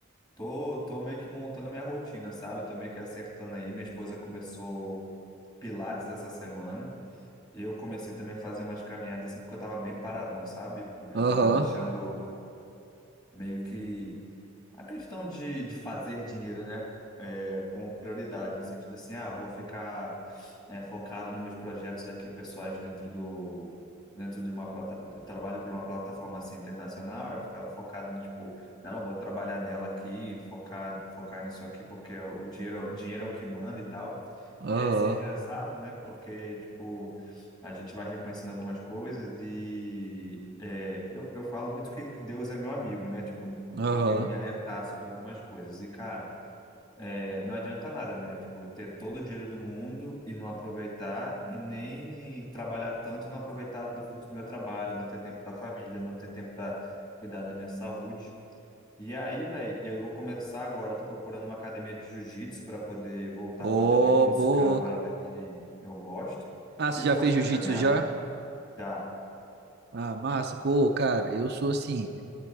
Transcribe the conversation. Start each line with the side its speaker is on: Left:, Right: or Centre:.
Left: tô, tô meio que montando minha rotina, sabe? Tô meio que acertando aí. Minha esposa começou Pilates essa semana. Eu comecei também a fazer umas caminhadas, assim, porque eu tava bem paradão, sabe? Eu
Right: Aham,
Left: tava deixando meio que. A questão de, de fazer dinheiro, né? é, com prioridade, no sentido assim, ah, vou ficar é, focado nos meus projetos aqui pessoais dentro do dentro de uma plataforma, eu trabalho para uma plataforma assim internacional, eu estava focado no tipo, não, vou trabalhar nela aqui, focar focar nisso aqui porque é o dinheiro, o dinheiro é o que manda e tal.
Right: aham,
Left: E aí, assim, é engraçado, né? Porque, tipo, a gente vai reconhecendo algumas coisas e é, eu, eu falo muito que, que Deus é meu amigo, né? Tipo, de
Right: aham.
Left: me me alertar sobre algumas coisas. E, cara, é, não adianta nada, né? Tipo, ter todo o dinheiro do mundo e não aproveitar, e nem trabalhar tanto e não aproveitar do fruto do meu trabalho, não ter tempo para a família, não ter tempo para cuidar da minha saúde. E aí, velho, eu vou começar agora. eu Tô procurando uma academia de jiu-jitsu para poder voltar
Right: Ô,
Left: a fazer jiu-jitsu,
Right: boa.
Left: que é uma parada que eu gosto.
Right: Ah, você
Left: E tô
Right: já
Left: fazendo
Right: fez jiu-jitsu
Left: a caminhada.
Right: já?
Left: Já.
Right: Ah, massa. Pô, cara, eu sou assim.